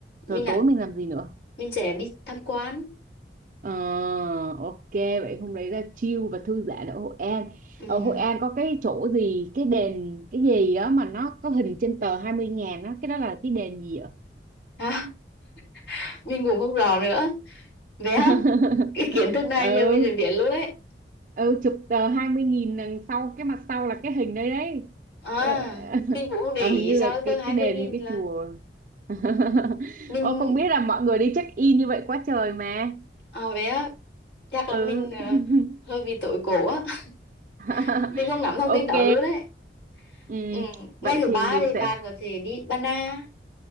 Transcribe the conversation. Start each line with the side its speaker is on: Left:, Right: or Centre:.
Left: mình
Right: Rồi
Left: ạ
Right: tối mình làm gì nữa?
Left: mình sẽ đi tham quan.
Right: Ờ, ok vậy hôm đấy là chill và thư giãn ở Hội An
Left: Ừm.
Right: ở Hội An có cái chỗ gì cái đền cái gì đó mà nó có hình trên tờ hai mươi ngàn đó cái đó là cái đền gì ạ
Left: À, <laughs> mình cũng không rõ nữa. Vậy hả?
Right: <laughs>
Left: Cái kiến thức này
Right: ừ
Left: giờ mình sẽ biết luôn đấy.
Right: ừ chụp tờ hai mươi nghìn đằng sau cái mặt sau là cái hình đấy đấy
Left: À,
Right: ờ, <laughs>
Left: mình cũng không để
Right: ờ,
Left: ý
Right: hình như
Left: sao
Right: là
Left: tới
Right: cái
Left: hai
Right: cái
Left: mươi
Right: đền
Left: nghìn
Right: hay cái
Left: là
Right: chùa <laughs>
Left: mình
Right: Ô không biết là mọi người đi check in như vậy quá trời mà
Left: à, vậy á chắc là
Right: ừ
Left: mình ờ,
Right: <laughs>
Left: hơi bị tối cổ á
Right: <laughs>
Left: <laughs> mình không nắm thông tin
Right: Ok.
Left: đó luôn đấy
Right: Ừm,
Left: ừ. ngày
Right: vậy
Left: thứ
Right: thì
Left: ba
Right: mình
Left: thì bạn
Right: sẽ
Left: có thể đi Ba Na